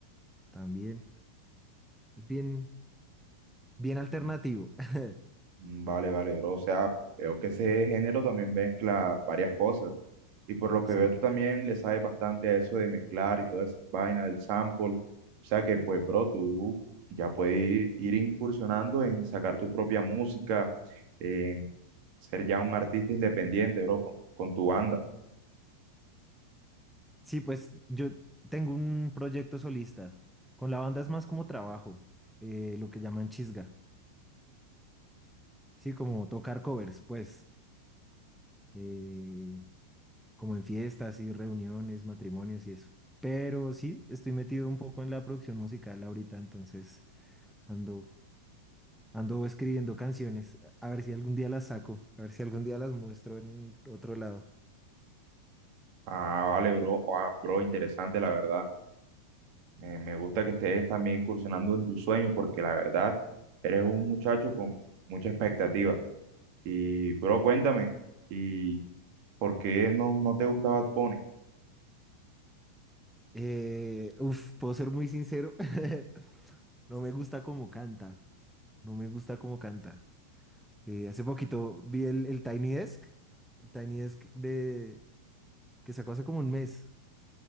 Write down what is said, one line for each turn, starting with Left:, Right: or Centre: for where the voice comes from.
Centre: también. Es bien, bien alternativo.
Right: Mm,
Centre: <laughs>
Right: mm, Vale, vale, bro. O sea, veo que ese género también mezcla varias cosas. Y por lo que
Centre: Sí,
Right: veo, tú también le sabes bastante a eso de mezclar y todas esas vainas del sample. O sea que, pues, bro, tú ya puedes ir, ir incursionando en sacar tu propia música, en ser ya un artista independiente, bro, con, con tu banda.
Centre: sí, pues yo tengo un proyecto solista. Con la banda es más como trabajo, eh, lo que llaman chisga. Sí, como tocar covers, pues, eh, como en fiestas y reuniones, matrimonios y eso. Pero sí, estoy metido un poco en la producción musical ahorita, entonces ando, ando escribiendo canciones. A ver si algún día las saco, a ver si algún día las muestro en otro lado.
Right: Ah, vale, bro. Ah, bro, interesante, la verdad. Me, me gusta que estés también incursionando en tus sueños porque la verdad eres un muchacho con mucha expectativa. Y, bro, cuéntame, ¿y por qué no, no te gusta Bad Bunny?
Centre: Eh, uf, puedo ser muy sincero, <laughs> no me gusta cómo canta, no me gusta cómo canta. Eh, hace poquito vi el, el Tiny Desk, el Tiny Desk de, que sacó hace como un mes.